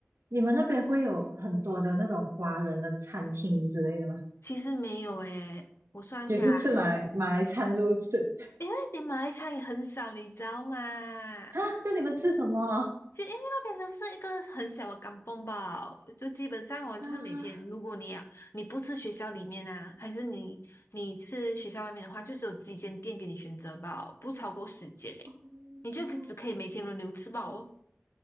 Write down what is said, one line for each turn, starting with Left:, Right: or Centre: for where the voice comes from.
Right: 你们那边会有很多的那种华人的餐厅之类的吗？
Left: 其实没有诶，我算一下啊
Right: 也是吃马来马来餐，是不是？
Left: 因为你马来餐也很少，你知道吗？
Right: 啊，这你们吃什么？
Left: 就因为那边就是一个很小的港崩吧，就基本上哦，就是每天，
Right: 啊，
Left: 如果你要你不吃学校里面啊，还是你你吃学校外面的话，就只有几间店给你选择吧，不超过十间诶，
Right: 嗯
Left: 你就可只可以每天轮流吃饱哦。